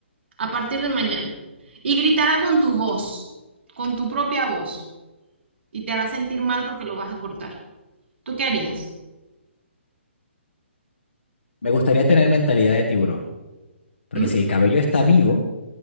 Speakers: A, on the right; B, on the left.
A: A partir de mañana. Y gritará con tu voz, con tu propia voz. Y te hará sentir mal porque lo vas a cortar. ¿Tú qué harías?
B: Me gustaría tener mentalidad de tiburón, porque
A: ¿Mm?
B: si el cabello está vivo,